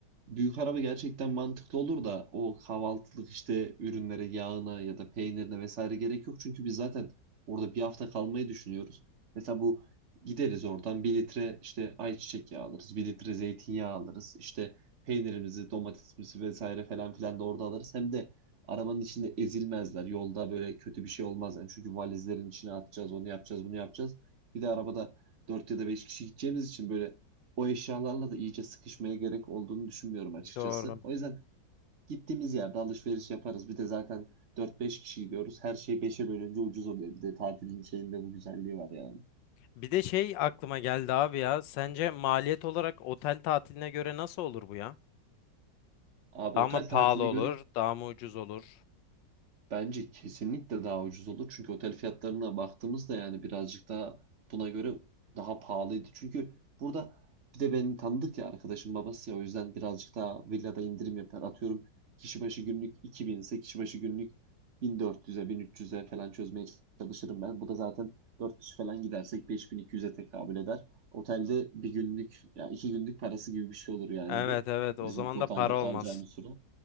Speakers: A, on the right; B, on the left.
A: büyük araba gerçekten mantıklı olur da o kahvaltılık işte ürünlere, yağına ya da peynirine vesaire gerek yok. Çünkü biz zaten orada bir hafta kalmayı düşünüyoruz. Mesela bu gideriz oradan bir litre işte ayçiçek yağı alırız, bir litre zeytinyağı alırız. işte peynirimizi, domatesimizi vesaire falan filan da orada alırız. Hem de arabanın içinde ezilmezler. Yolda böyle kötü bir şey olmaz. Yani çünkü valizlerin içine atacağız, onu yapacağız, bunu yapacağız. Bir de arabada 4 ya da 5 kişi gideceğimiz için böyle o eşyalarla da iyice sıkışmaya gerek olduğunu düşünmüyorum açıkçası.
B: doğru.
A: O yüzden gittiğimiz yerde alışveriş yaparız. Bir de zaten dört beş kişi gidiyoruz. Her şey 5'e bölünce ucuz oluyor. Bir de tatilin şeyinde bu güzelliği var yani.
B: Bir de şey aklıma geldi abi ya. Sence maliyet olarak otel tatiline göre nasıl olur bu ya?
A: Abi
B: Daha
A: otel
B: mı pahalı
A: tatiline
B: olur,
A: göre
B: daha mı ucuz olur?
A: Bence kesinlikle daha ucuz olur. Çünkü otel fiyatlarına baktığımızda yani birazcık daha buna göre daha pahalıydı. Çünkü burada bir de beni tanıdık ya arkadaşım babası ya o yüzden birazcık daha villada indirim yapar. Atıyorum kişi başı günlük 2000 ise kişi başı günlük 1400'e 1300'e falan çözmeye çalışırım ben. Bu da zaten 4 kişi falan gidersek 5200'e tekabül eder. Otelde bir günlük ya iki günlük parası gibi bir şey olur yani
B: Evet
A: bu.
B: evet o
A: Bizim
B: zaman
A: otelde
B: da para
A: kalacağımız
B: olmaz.
A: süre.